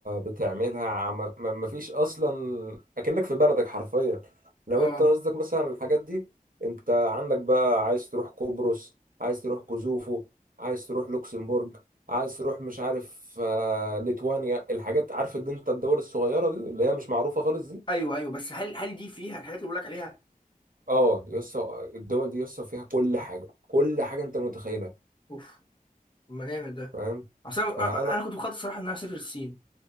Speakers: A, on the right (about 65°); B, on the left (about 30°).
A: بتعملها عم- ما ما فيش اصلا اكنك في بلدك حرفيا لو
B: اه
A: انت قصدك مثلا الحاجات دي انت عندك بقى عايز تروح قبرص عايز تروح كوزوفو عايز تروح لوكسمبورج عايز تروح مش عارف آه، ليتوانيا الحاجات عارف ان انت الدول الصغيرة دي اللي هي مش معروفة خالص دي
B: ايوه ايوه بس هل هل دي فيها الحاجات اللي بقول لك عليها
A: اه يسطا الدول دي يسطا فيها كل حاجة كل حاجة انت متخيلها
B: اوف ما جامد ده
A: فاهم
B: اصل انا
A: فانا
B: أنا- أنا كنت مخطط الصراحه ان انا اسافر الصين